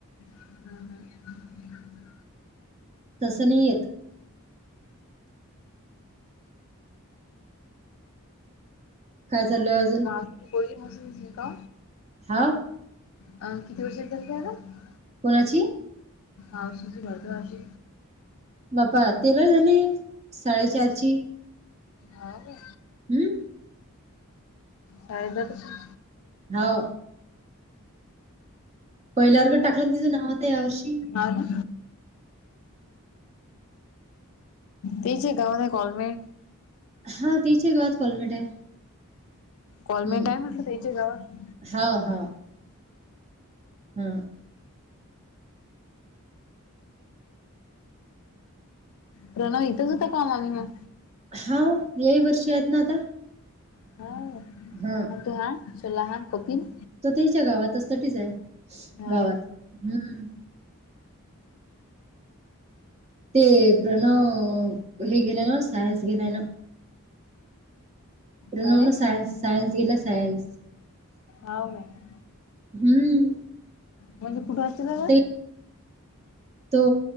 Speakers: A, on the left; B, on the right.
A: हम्म हम्म.
B: तस नी येत. काय झालं?
A: हा ती पोरगी मस्त दिसली का.
B: हा
A: अ किती वर्षाच झाला आता?
B: कोणाची
A: आ सुझी वर्तळ अशी
B: बपा ते लय झाली साडेचारची.
A: हाव गे
B: हम्म
A: शाळेत जात का
B: होव पहिल्या वर्गात टाकलं तिच नाव आता या वर्षी.
A: आ ना तेचे गावान कॉलमेळ
B: हा तिच्या गावात कॉलमेट आहे.
A: कॉलमेंट
B: हम्म
A: आहे म्हटलं त्याच्या गावात.
B: हाव हाव हा.
A: प्रणव इथंच होता कामा नी मग
B: हा यही वर्षी आहेत ना आता.
A: हा.
B: हा.
A: तोहान छोलाहान कोपीन
B: तर त्याच्या गावातच तच आहे
A: हा
B: गावात हम्म ते प्रणव हे गेलाय ना सायन्स घेण्यान नव्ह प्रणव
A: शाळेत
B: न सायन्स सायन्स घेतला सायन्स.
A: हो बाई
B: हम्म
A: म्हणजे कुठं असेल का ग.
B: ते तो